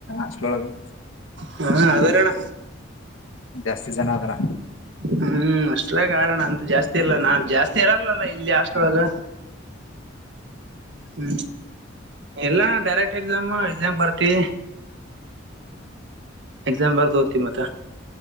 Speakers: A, on the left; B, on the right.
A: ಅಷ್ಟೊಳಗೆ.
B: ಹಾ ಅದಾರಣ್ಣ.
A: ಜಾಸ್ತಿ ಜನ ಅದಾರ.
B: ಹ್ಮ್ ಅಷ್ಟಲ್ಲ ಕಾರಣ ಅಂತ ಜಾಸ್ತಿ ಇಲ್ಲ ನಾು ಜಾಸ್ತಿ ಇರಲ್ಲಲ್ಲ ಇಲ್ಲಿ ಹಾಸ್ಟೆಲ್ ಒಳಗ. ಹ್ಮ್ ಎಲ್ಲ ಡೈರೆಕ್ಟ್ ಎಕ್ಸಾಮ್ ಎಕ್ಸಾಮ ಗಿ ಬರ್ತಿ. ಎಕ್ಸಾಮ್ ಬರ್ದು ಹೋತೀ ಮತ್ತ.